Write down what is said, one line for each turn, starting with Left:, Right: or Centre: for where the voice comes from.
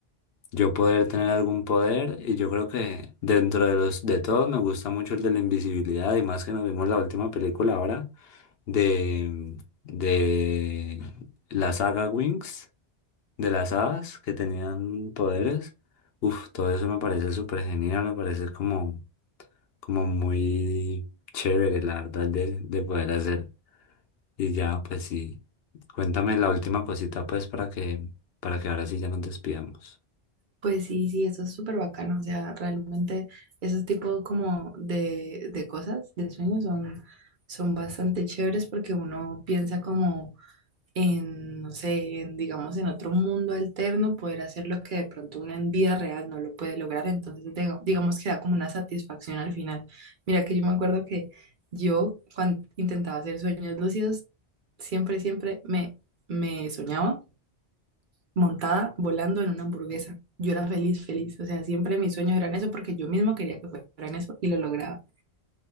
Left: Yo poder tener algún poder, y yo creo que dentro de los de todos me gusta mucho el de la invisibilidad, y más que nos vimos la última película ahora de, de la saga Wings, de las hadas que tenían poderes. Uf, todo eso me parece súper genial, me parece como, como muy chévere, la verdad, de, de poder hacer. Y ya, pues sí, cuéntame la última cosita, pues, para que, para que ahora sí ya nos despidamos.
Right: Pues sí, sí, eso es súper bacano, o sea, realmente esos tipos como de, de cosas, de sueños son, son bastante chéveres porque uno piensa como en, no sé, en, digamos, en otro mundo alterno, poder hacer lo que de pronto uno en vida real no lo puede lograr, entonces diga- digamos que da como una satisfacción al final. Mira que yo me acuerdo que yo cuando intentaba hacer sueños lúcidos, siempre, siempre me, me soñaba montada volando en una hamburguesa. Yo era feliz, feliz. O sea, siempre mis sueños eran eso porque yo mismo quería que fueran eso y lo lograba.